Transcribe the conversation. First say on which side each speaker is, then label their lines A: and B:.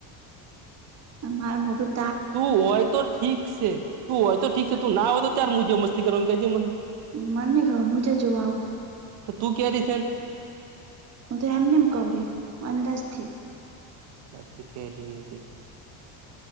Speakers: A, on the right (about 35°); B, on the right (about 55°).
A: તમ માર મોઢૂ
B: તું હોય તો ઠીક સે તું હોય તો ઠીક સે તું ના હો તો તાર મુ જે મસ્તી કરવાનું કેજે મન
A: મને ખબર મુ ચો જોવા આવું હુ
B: તો તું કેરીસે
A: હું તો એમ નેમ કઉરી હું અંદાજ થી
B: પ્રતિકેેરી હતી